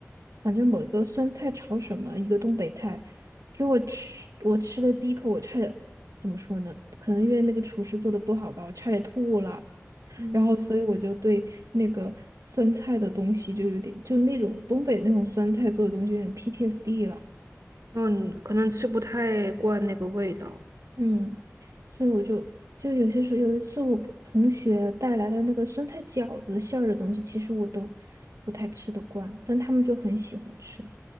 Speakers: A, on the right (about 80°); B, on the right (about 70°).
A: 反正某一个酸菜炒什么，一个东北菜，给我吃，我吃的第一口，我差点怎么说呢？可能因为那个厨师做的不好吧，我差点吐了。
B: 嗯，
A: 然后所以我就对那个酸菜的东西就有点，就那种东北那种酸菜做的东西有点 PTSD 了。
B: 嗯，可能吃不太惯那个味道。
A: 嗯，所以我就就有些时候，有一次我同学带来了那个酸菜饺子馅儿的东西，其实我都不太吃得惯，但他们就很喜欢吃。